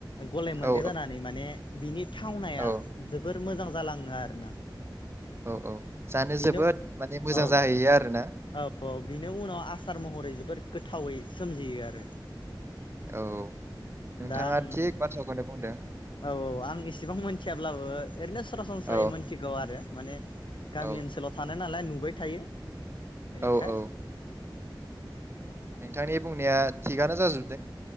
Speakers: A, on the left (about 70°); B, on the right (about 30°).
A: गलाय मोनदेर
B: औ
A: जानानै माने बिनि थावनाया
B: औ
A: जोबोद मोजां जालां आरोना
B: औ औ जानो
A: बेनो
B: जोबोद माने मोजां
A: औ
B: जाहैयो आरोना
A: औ औ बिनि उनाव आसार महरै जोबोर गोथावै सोमजियो आरो
B: औ नोंथाङा
A: दा आं
B: थिग बाथ्राखौनो बुंदों
A: औ औ आं इसेबां मोनथियाब्लाबो ओरैनो सरासनस्रायै
B: औ
A: मिथिगौ आरो माने गामि
B: औ
A: ओनसोलाव थानाय नालाय नुबाय थायो बेनिखाय
B: औ औ नोंथांनि बुंनाया थिगानो जा जोबदों